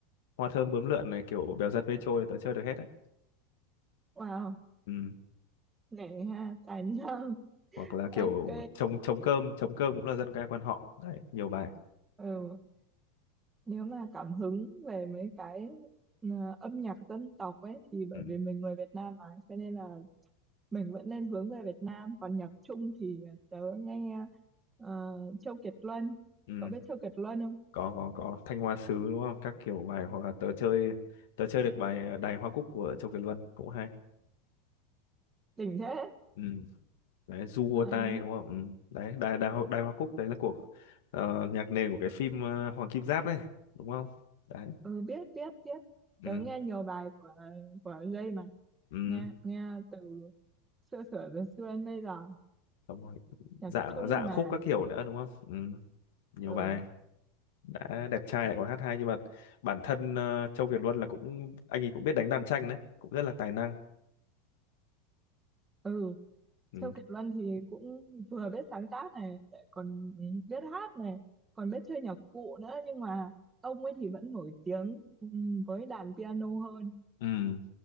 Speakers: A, on the left; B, on the right.
A: hoa thơm bướm lượn này kiểu bèo giật mây trôi là tớ chơi được hết đấy
B: wow
A: ừ.
B: nể ha tài năng <laughs>
A: hoặc là
B: ok
A: kiểu trống trống cơm trống cơm cũng là dân ca quan họ đấy nhiều bài
B: ừ nếu mà cảm hứng về mấy cái ờ, âm nhạc dân tộc ấy thì bởi
A: ừ.
B: vì mình người Việt Nam mà cho nên là mình vẫn nên hướng về Việt Nam còn nhạc Trung thì tớ nghe ờ, Châu Kiệt Luân
A: Ừ,
B: cậu biết Châu Kiệt Luân không
A: có có có Thanh Hoa Sứ đúng không? Các kiểu bài hoặc là tớ chơi tớ chơi được bài ờ, Đài Hoa Cúc của Châu Kiệt Luân cũng hay.
B: đỉnh thế
A: Ừ. Đấy Du Hua
B: Ờ,
A: Tai đúng không? Ừ. Đấy Đài Đài Hoa, Đài Hoa Cúc đấy là của ờ, nhạc nền của cái phim ờ, Hoàng Kim Giáp đấy, đúng không? Đấy.
B: ừ, biết biết biết
A: Ừ.
B: tớ nghe nhiều bài của của Jay mà
A: Ừ.
B: nghe nghe từ xưa sửa đến xưa đến bây giờ
A: Xong rồi.
B: nhạc
A: Dạ
B: Trung
A: dạ
B: mà
A: khúc các kiểu nữa đúng không? Ừ. Nhiều
B: ừ
A: bài đã đẹp trai lại còn hát hay nhưng mà bản thân ờ, Châu Kiệt Luân là cũng anh ấy cũng biết đánh đàn tranh đấy, cũng rất là tài năng.
B: ừ
A: Ừ.
B: Châu Kiệt Luân thì cũng vừa biết sáng tác này lại còn biết hát này còn biết chơi nhạc cụ nữa nhưng mà ông ấy thì vẫn nổi tiếng ừm, với đàn piano hơn
A: Ừ.